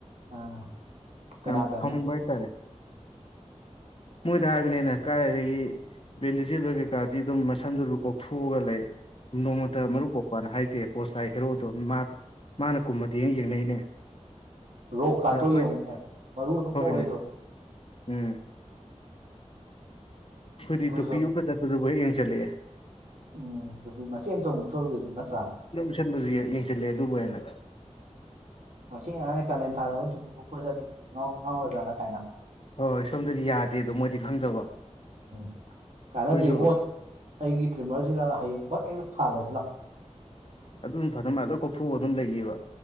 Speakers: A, on the right; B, on the left.
A: ꯑꯥ ꯀꯅꯥꯗ
B: ꯑ ꯐ ꯋꯥꯏꯇꯥꯔꯦ <inaudible> ꯃꯣꯏꯗ ꯍꯥꯏꯕꯅꯦ ꯑꯩꯅ ꯀꯥꯏꯗꯒꯤ ꯕꯦꯟꯖꯤꯦꯜ ꯑꯣꯏ ꯀꯩꯀꯥꯗꯤ ꯑꯗꯨꯝ ꯃꯁꯝꯗꯨ ꯀꯣꯛꯊꯣꯛꯑꯒ ꯂꯩ ꯅꯣꯡꯃꯇ ꯃꯔꯨ ꯀꯣꯛꯄꯅ ꯍꯥꯏꯗꯦ ꯄꯣꯁ ꯇꯥꯏ ꯍꯦꯔꯣꯗꯣ ꯃꯥ ꯃꯥꯅ ꯀꯨꯝꯃꯗꯤ ꯌꯦꯡ ꯌꯦꯡꯅꯩꯅꯦ
A: ꯔꯣꯛ ꯀꯥꯇꯣ
B: ꯑꯩꯈꯣꯏ
A: ꯌꯦꯡꯉꯨꯅꯦ ꯃꯔꯨ ꯑꯗꯨꯝ
B: ꯍꯣꯏꯅꯦ
A: ꯀꯣꯛ ꯂꯩꯇ꯭ꯔꯣ
B: ꯎꯝ ꯑꯩꯈꯣꯏꯗꯤ
A: ꯑꯩꯈꯣꯏ
B: ꯇꯣꯄꯤ
A: ꯁꯣꯝ
B: ꯎꯨꯞꯄ ꯆꯠꯄꯗꯨꯕꯨ ꯍꯦꯛ ꯌꯦꯡꯁꯤꯜꯂꯛꯑꯦ
A: ꯎꯝ ꯇꯨꯄꯤ ꯃꯆꯦꯠ ꯑꯃꯇꯪ ꯎꯨꯞꯆꯕꯗꯨꯁꯨ ꯅꯠꯇ꯭ꯔꯥ
B: ꯏꯁꯟꯕꯁꯨ ꯌꯦꯡꯁꯤꯜꯂꯦ ꯑꯗꯨꯕꯨ ꯍꯦꯟꯅ
A: ꯃꯁꯤ ꯑꯉꯥꯡꯁꯦ ꯀꯂꯦꯟ ꯊꯥꯗꯥ ꯑꯥꯎꯕꯥ ꯇꯨꯄꯤ ꯎꯞꯄ ꯆꯠꯂꯤ ꯉꯥꯎꯔꯥ ꯖꯠꯂꯅ
B: ꯍꯣꯏ ꯍꯣꯏ ꯁꯣꯝꯗꯗꯤ ꯌꯥꯗꯦ ꯑꯗꯣ ꯃꯣꯏꯗꯤ ꯈꯪꯗꯕ ꯑꯩꯈꯣꯏꯁꯨ
A: ꯎꯝ ꯀꯥꯟꯅꯗꯦꯕꯣ ꯑꯩꯒꯤ ꯇ꯭ꯔꯤꯝꯃꯔꯁꯤꯅ ꯍꯌꯦꯡꯃꯛ ꯍꯛꯇ ꯐꯥꯜꯂꯁꯤ ꯂꯥꯎ
B: ꯑꯗꯨꯝ ꯐꯗꯧ ꯃꯥꯜꯂꯦ ꯂꯣꯏ ꯀꯣꯛꯊꯣꯛꯑꯒ ꯑꯗꯨꯝ ꯂꯩꯕ